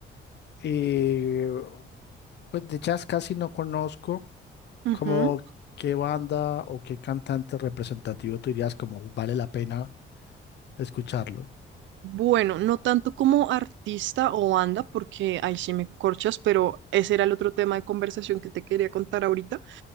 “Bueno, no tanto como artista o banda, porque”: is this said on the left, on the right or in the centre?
Right